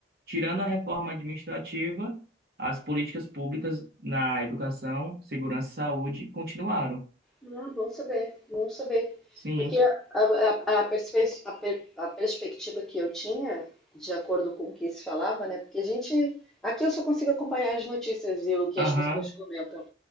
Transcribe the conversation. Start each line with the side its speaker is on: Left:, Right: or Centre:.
Right: tirando a reforma administrativa, as políticas públicas na educação, segurança e saúde continuaram.
Centre: Ah, bom saber, bom saber.
Right: Sim.
Centre: Porque a, a, a perspe- a per- a perspectiva que eu tinha, de acordo com o que se falava, né? Porque a gente. Aqui eu só consigo acompanhar as notícias e o que
Right: Aham.
Centre: as pessoas comentam.